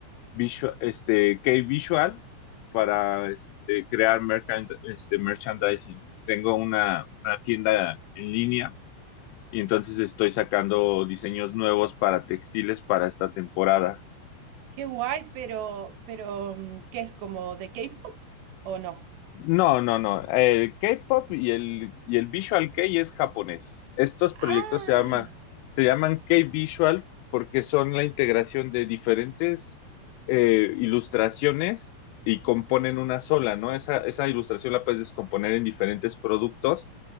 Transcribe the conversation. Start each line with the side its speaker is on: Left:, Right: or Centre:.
Left: visual, este, K-Visual para este, crear mercan- este, merchandising. Tengo una, una tienda en línea y entonces estoy sacando diseños nuevos para textiles para esta temporada.
Right: Qué guay, pero, pero, mm, ¿qué es como de K-pop o no?
Left: No, no, no. El K-pop y el, y el Visual Kei es japonés. Estos proyectos
Right: Ah,
Left: se llaman, se llaman K-Visual porque son la integración de diferentes eh, ilustraciones y componen una sola, ¿no? Esa, esa ilustración la puedes descomponer en diferentes productos.